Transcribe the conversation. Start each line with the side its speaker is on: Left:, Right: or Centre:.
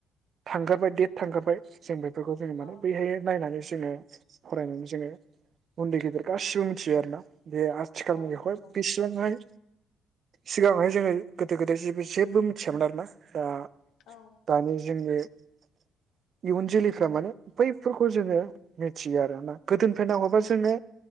Right: थांगखाबाय देट थांखाबाय जोंबो जोङो माने
Left: औ
Right: बैहाय नायनानै जोङो फरायनानै जोङो उन्दै गेदेर गासिबो मिथियो आरो ना। बे आथिखाल
Left: औ
Right: मुगायावहाय
Left: नंगौ नोंथां
Right: बेसेबांहाय सिगांहाय जोङो गोदो गोदाय जेबो जेबो मिथियामोन आरोना दा
Left: औ
Right: दानि जोंनि इयुन जोलैफ्रा माने बैफोरखौ जोङो मिथियो आरोना गोदोनिफ्राय नाहरबा जोङो